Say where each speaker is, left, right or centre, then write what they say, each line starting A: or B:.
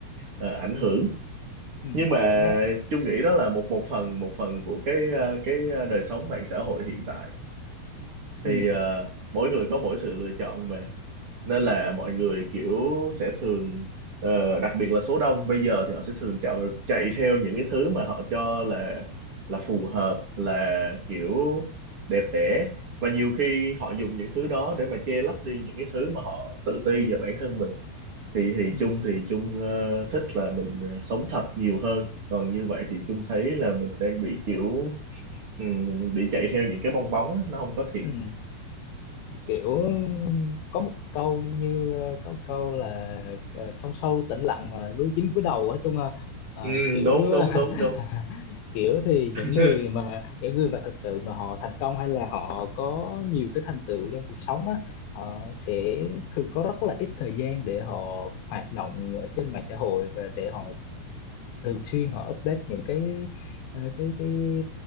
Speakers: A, on the right; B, on the left.
A: ờ, ảnh hưởng
B: ừm,
A: nhưng mà
B: kiểu nó
A: chung nghĩ đó là một một phần một phần của cái ờ, cái ờ, đời sống mạng xã hội hiện tại
B: ừm,
A: thì ờ, mỗi người có mỗi sự lựa chọn mà nên là mọi người kiểu sẽ thường ờ, đặc biệt là số đông bây giờ thì họ sẽ thường chạy chạy theo những cái thứ mà họ cho là là phù hợp là kiểu đẹp đẽ và nhiều khi họ dùng những thứ đó để mà che lấp đi những cái thứ mà họ tự ti về bản thân mình thì thì
B: ừm,
A: Chung thì Chung ờ, thích là mình ờ, sống thật nhiều hơn còn như vậy thì Chung thấy là mình đang bị kiểu ừm, bị chạy theo những cái bong bóng á, nó không có thiệt
B: ừm, kiểu có một câu như ờ, có một câu là ờ, sông sâu tĩnh lặng mà lúa chín cúi đầu á chung là ờ,
A: ừ,
B: kiểu
A: đúng đúng đúng đúng
B: <laughs> kiểu thì
A: <laughs>
B: những người mà những người mà thực sự mà họ thành công hay là họ có nhiều cái thành tựu trong cuộc sống á họ sẽ thường có rất là ít thời gian để họ hoạt động ở trên mạng xã hội và để họ thường xuyên họ update những cái ờ, cái cái